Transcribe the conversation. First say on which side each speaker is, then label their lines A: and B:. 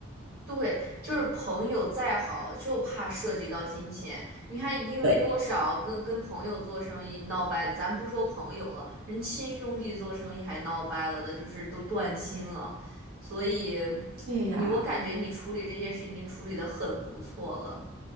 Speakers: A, on the right; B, on the right.
A: 对，就是朋友再好，就怕涉及到金钱。你看，因为多少跟跟朋友做生意闹掰了，
B: 对，
A: 咱不说朋友了，人亲兄弟做生意还闹掰了的，就是都断亲了。所以，
B: 对呀，
A: 你我感觉你处理这件事已经处理的很不错了。